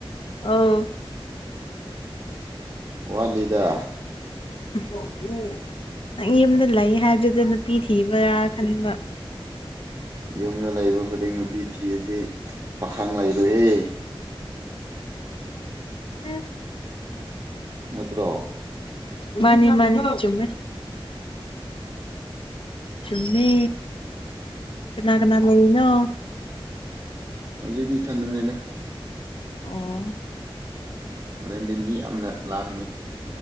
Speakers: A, on the left (about 65°); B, on the right (about 35°).
A: ꯑꯥ
B: ꯋꯥꯜꯗ
A: ꯑꯣ ꯎ ꯅꯪ ꯌꯨꯝꯗ ꯂꯩ ꯍꯥꯏꯕꯗꯨꯗ ꯅꯨꯄꯤ ꯊꯤꯕ꯭ꯔꯥ ꯈꯟꯕ
B: ꯌꯨꯝꯗ ꯂꯩꯕ ꯈꯨꯗꯤꯡ ꯕꯤꯊꯤꯔꯗꯤ ꯄꯥꯈꯥꯡ ꯂꯩꯔꯣꯏꯍꯦ
A: ꯎꯝ
B: ꯅꯠꯇ꯭ꯔꯣ
A: ꯃꯥꯅꯤ ꯃꯥꯅꯤ ꯆꯃꯦ ꯆꯨꯝꯃꯤ ꯀꯅꯥ ꯀꯅꯥ ꯂꯩꯅꯣ
B: ꯍꯧꯖꯤꯛꯇꯗꯤ ꯊꯟꯗꯅꯦꯗ
A: ꯑꯣ
B: ꯍꯣꯔꯦꯟꯗꯤ ꯃꯤ ꯌꯥꯝꯅ ꯂꯥꯛꯀꯅꯤ